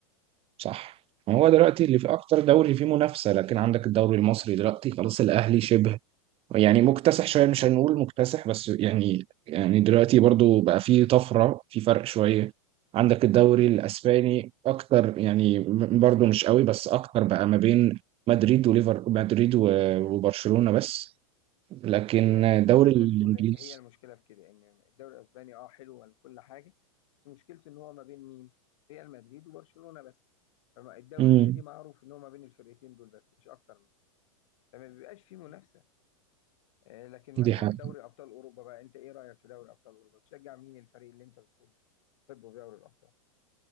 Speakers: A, on the right; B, on the left.
A: صح هو دلوقتي اللي في أكتر دوري فيه منافسة لكن عندك الدوري المصري دلوقتي خلاص الأهلي شبه يعني مكتسح شويه مش هنقول مكتسح بس يعني يعني دلوقتي برضو بقى في طفره في فرق شويه عندك الدوري الاسباني اكتر يعني م- برضو مش قوي بس اكتر بقى ما بين مدريد وليفر مدريد و- وبرشلونه
B: برشلونة
A: بس لكن
B: فهي
A: الدوري
B: زي ما انت
A: الانجليزي
B: بتقول هي المشكله في كده ان الدوري الاسباني اه حلو وكل حاجه بس مشكلته ان هو ما بين مين؟ ريال مدريد وبرشلونه بس فالدوري
A: امم
B: بقى دي معروف ان هو ما بين الفرقتين دول بس مش اكتر من كده فما بيبقاش فيه منافسه آه، لكن
A: دي
B: مثلا
A: حاجه
B: دوري ابطال اوروبا بقى انت ايه رايك في دوري ابطال اوروبا؟ تشجع مين الفريق اللي انت بتحبه بتحبه في دوري الابطال؟